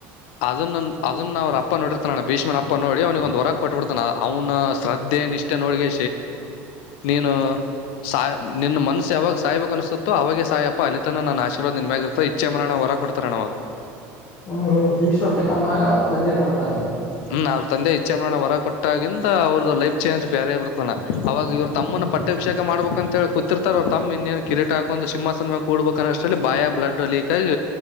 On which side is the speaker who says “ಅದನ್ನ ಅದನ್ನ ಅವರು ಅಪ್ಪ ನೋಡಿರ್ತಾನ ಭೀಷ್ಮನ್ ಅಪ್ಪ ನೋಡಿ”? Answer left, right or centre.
Left